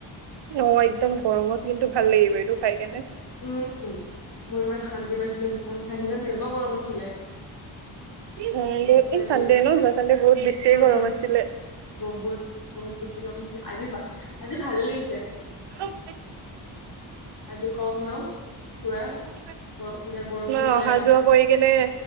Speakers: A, on the right; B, on the left.
A: অ', একদম গৰমত কিন্তু ভাল লাগিব এইটো খাই কেনে।
B: উম, মই ইমান শান্তি পাইছিলোঁ সেইদিনা খাই হেনা উম কেনেকুৱা গৰম আছিলে।
A: উম
B: বাপৰে
A: বহুত এই চানদে্ ন যোৱা চানদে্ বহুত বেছিয়ে
B: উম
A: গৰম
B: উম
A: আছিলে।
B: বহুত, বহুত বেছি গৰম আছিলে আজি বা আজি ভাল লাগিছে।
A: হম।
B: আজি কম ন পুৰা
A: উম,
B: ব মানে বৰষুণ
A: তোমাৰ
B: দিলে
A: অহা
B: ন
A: যোৱা কৰি কেনে